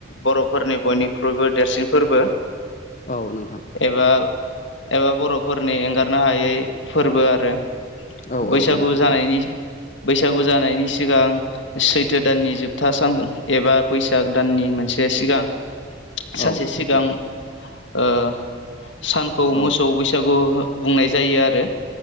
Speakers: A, on the left; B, on the left.
A: बर'फोरनि बयनिख्रुइबो देरसिन फोरबो।
B: औ नोंथां।
A: एबा एबा बर'फोरनि एंगारनो हायै फोरबो आरो
B: औ
A: बैसागु
B: औ नोंथां
A: जानायनि बैसागु जानायनि सिगां सैथो दाननि जोबथा सान एबा बैसाग दाननि मोनसे सिगां ।
B: औ
A: सानसे
B: नोंथां
A: सिगां ओ सानखौ
B: औ
A: मोसौ बैसागु बुंनाय जायो आरो